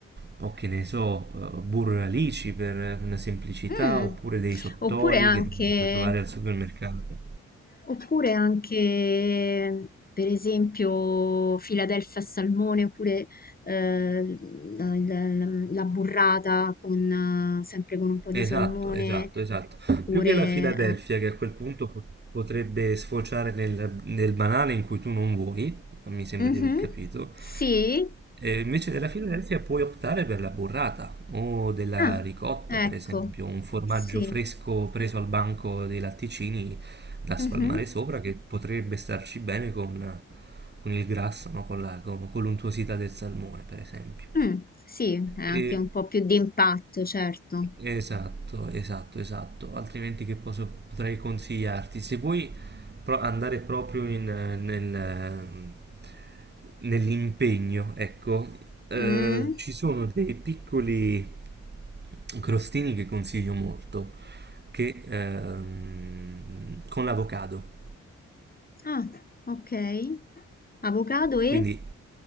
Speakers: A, on the right (about 35°); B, on the left (about 30°).
A: o che ne so, eh, burro e alici per una semplicità,
B: Mm.
A: oppure dei sottoli
B: Oppure anche,
A: che magari puoi trovare al supermercato.
B: Oppure anche, per esempio, Philadelphia al salmone, oppure eh, la, la- la burrata con, eh, sempre con un po' di
A: Esatto,
B: salmone,
A: esatto, esatto.
B: oppure...
A: Più che la Filadelfia,
B: ah,
A: che a quel punto po- potrebbe sfociare nel, nel banale in cui tu non vuoi, ma mi sembra
B: mhm,
A: di aver capito.
B: Sì?
A: E invece della Filadelfia puoi optare per la burrata o della
B: Ah,
A: ricotta,
B: ecco,
A: per esempio, un formaggio
B: sì.
A: fresco preso al banco dei latticini da spalmare
B: mhm,
A: sopra che potrebbe starci bene con, con il grasso, no? Con la- con- con l'untuosità del salmone, per esempio.
B: mm, sì, è anche
A: E
B: un po' più di impatto, certo.
A: Esatto, esatto, esatto. Altrimenti che posso, potrei consigliarti? Se vuoi pro- andare proprio in, eh, nel, ehm, nell'impegno, ecco, eh,
B: Mm,
A: ci sono dei piccoli crostini che consiglio molto, che ehm, con l'avocado.
B: Ah, ok. Avocado e,
A: Quindi